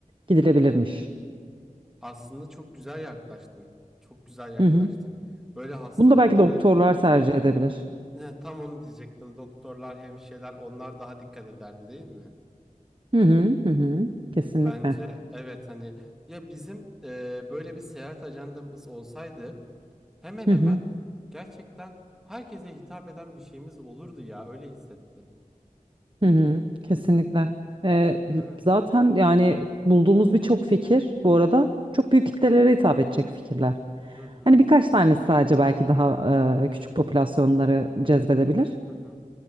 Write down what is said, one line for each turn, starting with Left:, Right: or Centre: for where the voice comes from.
Right: gidilebilirmiş.
Centre: Aslında çok güzel yaklaştın. Çok güzel yaklaştın.
Right: Hı hı.
Centre: Böyle hastalıkların
Right: Bunu da belki doktorlar tercih edebilir.
Centre: E, Tam onu diyecektim. Doktorlar, hemşireler onlar daha dikkat ederdi değil mi?
Right: Hı hı hı hı. Kesinlikle.
Centre: Bence evet hani ya bizim e, böyle bir seyahat ajandamız olsaydı hemen
Right: Hı
Centre: hemen
Right: hı
Centre: gerçekten herkese hitap eden bir şeyimiz olurdu ya öyle hissettim.
Right: hı hı. Kesinlikle. E, biz-
Centre: Evet.
Right: zaten yani bulduğumuz birçok fikir bu arada çok büyük kitlelere hitap edecek fikirler.
Centre: Hı hı.
Right: Hani birkaç tanesi sadece belki daha e, küçük popülasyonları cezbedebilir.
Centre: Hı hı. Hı hı.